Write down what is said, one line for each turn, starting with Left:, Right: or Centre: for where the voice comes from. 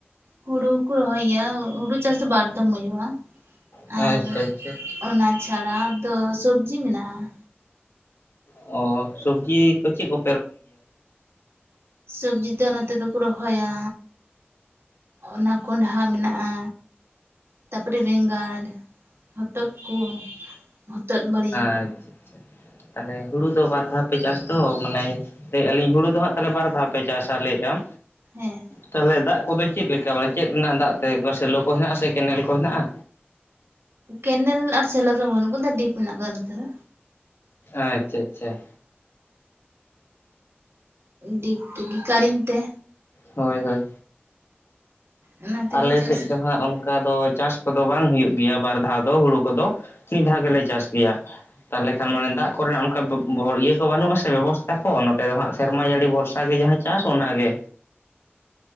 Right: ᱦᱩᱲᱩ ᱠᱚ ᱨᱚᱦᱚᱭ ᱜᱮᱭᱟ ᱦᱩᱲᱩ ᱪᱟᱥ ᱫᱚ ᱵᱟᱨᱫᱷᱚᱢ ᱦᱩᱭᱩᱜᱼᱟ
Left: ᱟᱪᱪᱷᱟ
Right: ᱟᱨ
Left: ᱟᱪᱪᱷᱟ
Right: ᱚᱱᱟ ᱪᱷᱟᱲᱟ ᱫᱚ ᱥᱚᱵᱡᱤ ᱢᱮᱱᱟᱜᱼᱟ᱾
Left: ᱚ ᱥᱚᱵᱡᱤ ᱠᱚ ᱪᱮᱫ ᱠᱚ
Right: ᱥᱚᱵᱡᱤ ᱫᱚ ᱱᱚᱛᱮ ᱫᱚᱠᱚ ᱨᱚᱦᱚᱭᱟ ᱚᱱᱟ ᱠᱚᱸᱰᱷᱟ ᱢᱮᱱᱟᱜᱼᱟ ᱛᱟᱨᱯᱚᱨᱮ ᱵᱮᱸᱜᱟᱲ ᱦᱚᱛᱚᱫᱽ ᱠᱚ ᱦᱚᱛᱚᱫᱽ ᱵᱟᱲ
Left: ᱟᱪᱪᱷᱟ ᱟᱪᱪᱷᱟ ᱛᱟᱦᱚᱞᱮ ᱦᱩᱲᱩ ᱫᱚ ᱵᱟᱨ ᱫᱷᱟᱣ ᱯᱮ ᱪᱟᱥ ᱛᱚ ᱢᱟᱱᱮ ᱞᱟᱹᱭᱮᱫ ᱟᱞᱤᱧ ᱦᱩᱲᱩ ᱫᱚ ᱦᱟᱸᱜ ᱵᱟᱨ ᱫᱷᱟᱣ ᱯᱮ ᱪᱟᱥᱟ ᱞᱟᱹᱭᱼᱟᱢ
Right: ᱦᱮᱸ
Left: ᱛᱟᱦᱚᱞᱮ ᱫᱟᱜ ᱠᱚᱫᱚ ᱪᱮᱫ ᱞᱮᱠᱟ ᱢᱟᱱᱮ ᱪᱮᱫ ᱨᱮᱱᱟᱜ ᱫᱟᱜ ᱛᱮ ᱥᱮᱞᱳ ᱠᱚ ᱦᱮᱱᱟᱜ-ᱟ ᱥᱮ ᱠᱮᱱᱮᱞ ᱠᱚ ᱦᱮᱱᱟᱜ-ᱟ?
Right: ᱠᱮᱱᱮᱞ ᱟᱨ ᱥᱮᱞᱳ ᱫᱚ ᱵᱟᱹᱱᱩᱜ ᱟᱠᱟᱫᱟ ᱰᱤᱯ ᱢᱮᱱᱟᱜ ᱠᱟᱫᱟ ᱱᱚᱛᱮ ᱫᱚ᱾
Left: ᱟᱪᱪᱷᱟ ᱟᱪᱪᱷᱟ,
Right: ᱰᱤᱜ ᱰᱤᱜᱤ ᱠᱟᱨᱮᱱ ᱛᱮ
Left: ᱦᱳᱭ ᱦᱳᱭ
Right: ᱚᱱᱟ ᱛᱮᱜᱮ
Left: ᱟᱞᱮ
Right: ᱪᱟᱥ
Left: ᱥᱮᱡᱽ ᱫᱚ ᱦᱟᱸᱜ ᱚᱝ ᱠᱟ ᱫᱚ ᱪᱟᱥ ᱠᱚᱫᱚ ᱵᱟᱝ ᱦᱩᱭᱩᱜ ᱜᱮᱭᱟ ᱵᱟᱨ ᱫᱷᱟᱣ ᱫᱚ ᱦᱩᱲᱩ ᱠᱚᱫᱚ ᱢᱤᱜ ᱫᱷᱟᱣ ᱜᱮᱞᱮ ᱪᱟᱥ ᱜᱮᱭᱟ᱾ ᱛᱟᱞᱦᱮ ᱠᱷᱟᱱ ᱢᱟᱱᱮ ᱫᱟᱜ ᱠᱚᱨᱮᱱᱟᱜ ᱚᱝᱠᱟ ᱵᱚᱯ ᱤᱭᱟᱹ ᱠᱚ ᱵᱟᱹᱱᱩᱜᱼᱟ ᱥᱮ ᱵᱮᱵᱚᱥᱛᱷᱟ ᱠᱚ ᱱᱚᱛᱮ ᱫᱚ ᱦᱟᱸᱜ ᱥᱮᱨᱢᱟ ᱡᱟᱹᱲᱤ ᱵᱷᱚᱨᱥᱟ ᱜᱮ ᱡᱟᱦᱟᱸ ᱪᱤ ᱪᱟᱥ ᱚᱱᱟᱜ ᱜᱮ